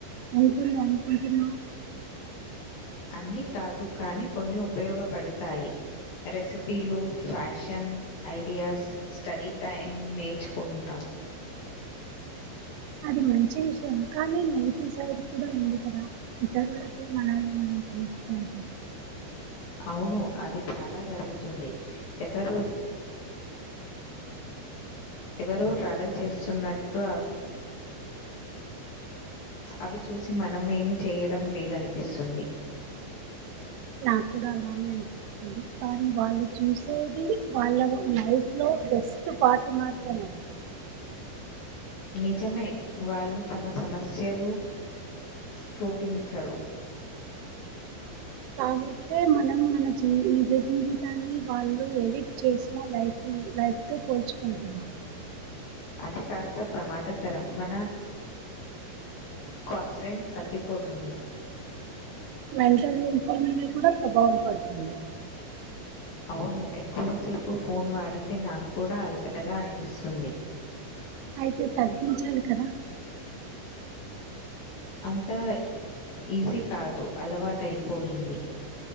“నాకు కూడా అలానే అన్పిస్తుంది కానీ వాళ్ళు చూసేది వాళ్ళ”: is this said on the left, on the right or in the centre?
Right